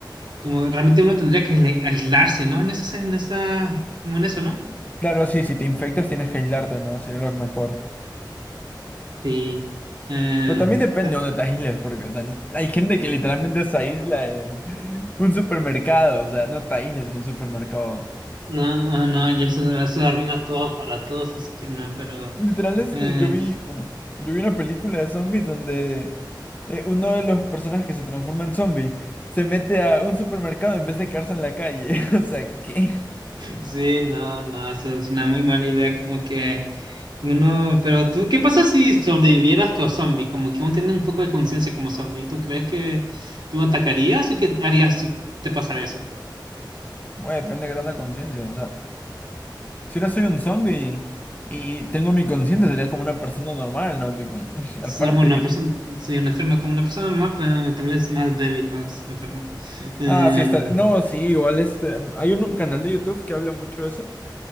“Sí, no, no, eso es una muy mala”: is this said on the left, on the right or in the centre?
Right